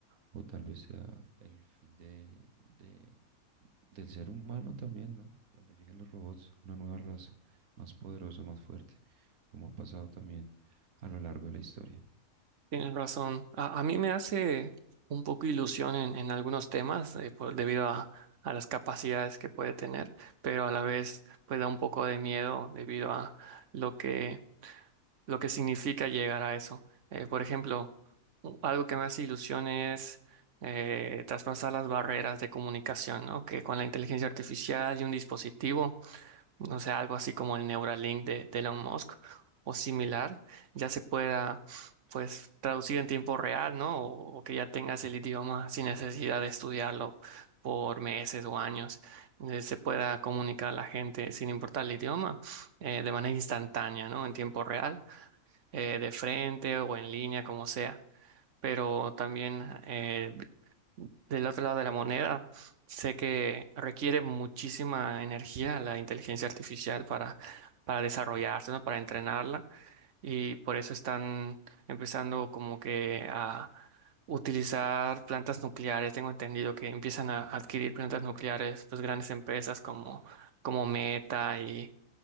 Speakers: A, on the right; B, on the right.
A: o tal vez sea el fin de, de- del ser humano también, ¿no? Donde lleguen los robots, una nueva raza más poderosa, más fuerte, como ha pasado también a lo largo de la historia.
B: Tienes razón. A, a mí me hace un poco ilusión en, en algunos temas eh, por- debido a, a las capacidades que puede tener, pero a la vez pues da un poco de miedo debido a lo que, lo que significa llegar a eso. Eh, por ejemplo, u- algo que me hace ilusión es eh, traspasar las barreras de comunicación, ¿no? Que con la inteligencia artificial y un dispositivo no sé, algo así como el Neuralink de, de Elon Musk o similar, ya se pueda pues traducir en tiempo real, ¿no? O, o que ya tengas el idioma sin necesidad de estudiarlo por meses o años, eh, se pueda comunicar a la gente sin importar el idioma eh, de manera instantánea, ¿no? En tiempo real, eh, de frente o en línea, como sea pero también eh, del otro lado de la moneda, sé que requiere muchísima energía la inteligencia artificial para, para desarrollarse, ¿no? Para entrenarla y por eso están empezando como que a utilizar plantas nucleares. Tengo entendido que empiezan a adquirir plantas nucleares, pues grandes empresas como, como Meta y